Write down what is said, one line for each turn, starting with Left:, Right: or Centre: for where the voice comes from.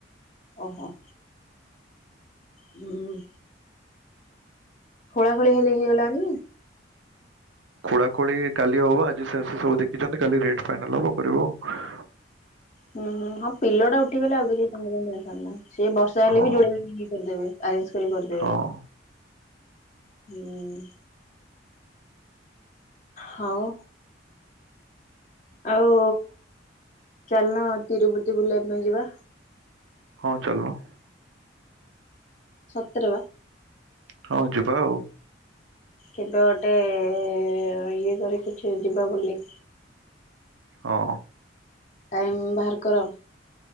Left: ଓହୋ ହୁଁ। ଖୋଳାଖୋଳି ହେଲେ ହେଇଗଲାଣି?
Right: ଖୋଳାଖୋଳି କାଲି ହବ। ଆଜି ସେ ଆସି ସବୁ ଦେଖିଛନ୍ତି, କାଲି ରେଟ ଫାଇନାଲ ହବ କରିବ ଆଉ। ହଁ
Left: ହୁଁ ହୁଁ ହଁ ପିଲର୍ ଟା ଉଠିଗଲେ ଆଉ କିଛି ତାଙ୍କ ପାଇଁ ଟେନସନ ନାହିଁ। ସିଏ ବର୍ଷା ହେଲେ
Right: ଆଉ
Left: ବି ଯୋଡେଇକିରି ଇଏ କରିଦେବେ, ଆରେଞ୍ଜ କରି କରିଦେବେ।
Right: ହଁ ହଁ
Left: ହୁଁ ହଉ। ଆଉ ଚାଲୁନ ତିରୁପତି ବୁଲିବା ପାଇଁ ଯିବା।
Right: ହଁ ଚାଲୁନ।
Left: ସତେରେ ବା।
Right: ହଁ ଯିବା ଆଉ।
Left: କେବେ ଗୋଟେ ଏ ଇଏ କରି କିଛି ଯିବା ବୁଲି।
Right: ହଁ।
Left: ଟାଇମ୍ ବାହାର କର।